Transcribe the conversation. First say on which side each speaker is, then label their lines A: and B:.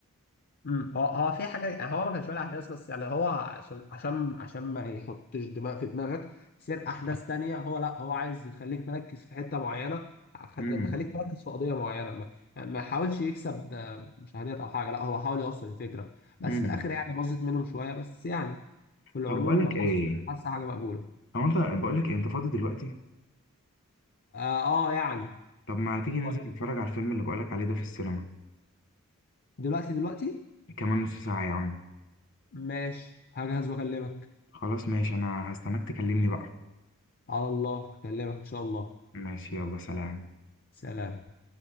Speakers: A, on the left; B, on the left.
A: امم هو هو في حاجه هو ما كانش ولا احداث بس يعني هو عشان عشان عشان ما يحطش دماغ في دماغك سير احداث <laughs> تانية هو لا هو عايز يخليك مركز في حته معينه خد-
B: امم
A: مخليك مركز في قضيه معينه ما ما حاولش يكسب آه، مشاهدات او حاجه لا هو حاول يوصل الفكره بس
B: امم
A: في الاخر يعني باظت منهم شويه بس يعني في العموم
B: طب بقول لك
A: حاسس
B: ايه
A: حاسس حاجه مقبوله
B: هو انت بقول لك إيه؟ انت فاضي دلوقتي
A: اه, آه يعني
B: طب ما تيجي ننزل
A: طيب
B: نتفرج على الفيلم اللي بقول لك عليه ده في السينما
A: دلوقتي دلوقتي
B: كمان نص ساعه يا عم
A: ماشي هجهز واكلمك
B: خلاص ماشي انا هستناك تكلمني بقى
A: على الله اكلمك ان شاء الله
B: ماشي يلا سلام
A: سلام